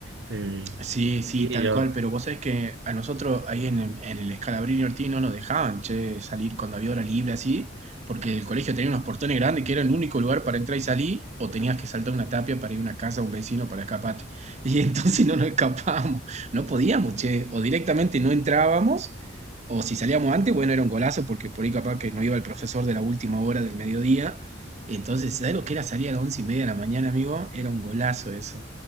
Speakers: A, on the right; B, on the right.
A: Pero, eh,
B: Sí, sí,
A: sí,
B: tal
A: yo-
B: cual, pero vos sabés que a nosotros ahí en el, en el Scalabrini Ortiz no nos dejaban, che, salir cuando había hora libre así, porque el colegio tenía unos portones grandes que era el único lugar para entrar y salir, o tenías que saltar una tapia para ir a una casa a un vecino para escaparte. <laughs> Y entonces no nos escapábamos, no podíamos, che, o directamente no entrábamos, o si salíamos antes, bueno, era un golazo, porque por ahí capaz que no iba el profesor de la última hora del mediodía. Entonces, ¿sabés lo que era salir a las once y media de la mañana, amigo? Era un golazo eso.